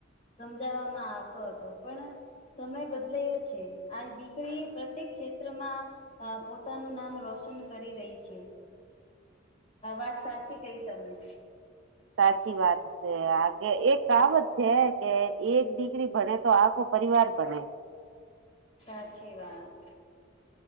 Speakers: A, on the left; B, on the right.
A: સમજાવામાં આવતો હતો પરં સમય બદલાયો છે આ દીકરી પ્રત્યેક ક્ષેત્રમાં અ પોતાનું નામ રોશન કરી રહી છે વાત સાચી કહી તમેં
B: સાચી વાત કે આ કે એ કામ જ છે હ કે એક દીકરી ભને તો આખો પરિવાર ભને
A: સાચી વાત